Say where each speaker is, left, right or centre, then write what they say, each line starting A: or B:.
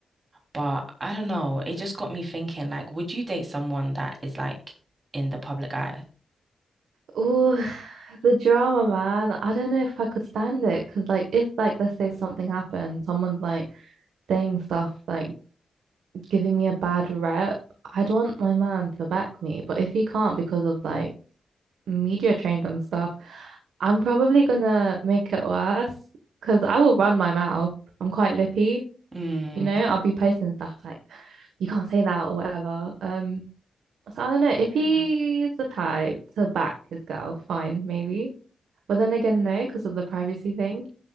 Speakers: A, on the right (about 40°); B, on the right (about 85°).
A: But I don't know, it just got me thinking, like, would you date someone that is like in the public eye?
B: Oh, the drama, man. I don't know if I could stand it because, like, if, like, let's say something happened, someone's like saying stuff, like giving me a bad rep, I'd want my man to back me. But if he can't because of like media trained and stuff, I'm probably gonna make it worse because I will run my mouth. I'm quite lippy,
A: Mm,
B: you know, I'll be posting stuff like, you can't say that or whatever. Um, so I don't know if
A: I get
B: he's
A: that.
B: the type to back his girl, fine, maybe. But then again, no, because of the privacy thing.